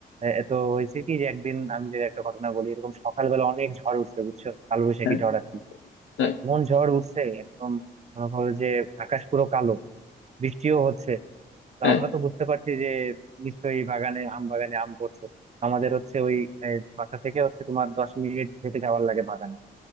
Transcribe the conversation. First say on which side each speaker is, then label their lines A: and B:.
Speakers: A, on the right; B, on the left.
A: এ- এত হয়েছে কি যে একদিন আমি যে একটা ঘটনা বলি এরকম সকালবেলা অনেক ঝড় উঠছে বুঝছো কালবৈশাখী
B: হ্যাঁ
A: ঝড় আর কি
B: হ্যাঁ
A: এমন ঝড় উঠছে একদম মনে করো যে আকাশ পুরো কালো বৃষ্টিও হচ্ছে তো
B: হ্যাঁ
A: আমরা তো বুঝতে পারছি যে নিশ্চয়ই বাগানে আম বাগানে আম পড়ছে আমাদের হচ্ছে ওই আহ, বাসা থেকে হচ্ছে তোমার দশ মিনিট হেঁটে যাওয়ার লাগে বাগানে